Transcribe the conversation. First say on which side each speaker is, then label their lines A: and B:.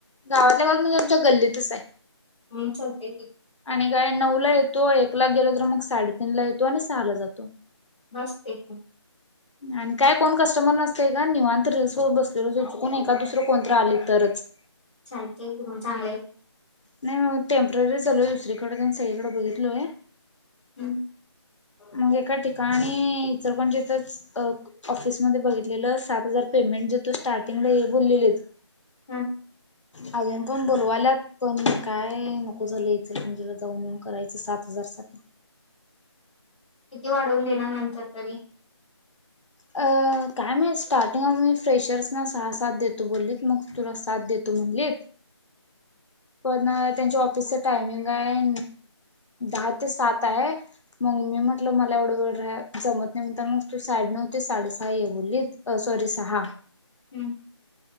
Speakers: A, on the left; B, on the left.
A: गावातल्या गावात म्हणजे आमच्या गल्लीतच आय
B: म चालतंय की
A: आणि काय नऊ ला येतो एकला गेल तर मग साडेतीन ला येतो आणि सहा ला जातो
B: मस्तये
A: आणि काय कोण कस्टमर नसतय ग निवांत रील्स बघत बसलोय बघ का दुसरं कोणतंर आली तरच
B: चालतय की मग चांगलंय की
A: नाही मग टेम्पररी चाललोय दुसरीकडे तेन सगळीकडें बघितलोय
B: हम्
A: मग एका ठिकाणी इचलकरंजीतच अ ऑफिसमध्ये बघितलं सात हजार पेमेंट देतो स्टार्टिंगला ये बोललेलीत
B: हम्
A: अजून पण बोलवाल्यात पण काय नको झालंय इचलकरंजीला जाऊन येऊन करायचं सार हजारसाठी
B: किती वाढवून देणार नंतर तरी
A: अ काय माहीत स्टार्टिंग आम्ही फ्रेशर्स ना सहा सात देतो बोललीत मग तुला सात देतो म्हणलीत. पण त्यांच्या ऑफिसच टायमिंग हाय. दहा ते सात हाय. मग मी म्हटलं मला एवढं वेळ राया जमत नाही. म्हणताना मग तू साडेनऊ ते साडे सहा ये बोललीत. अ सॉरी सहा.
B: हम.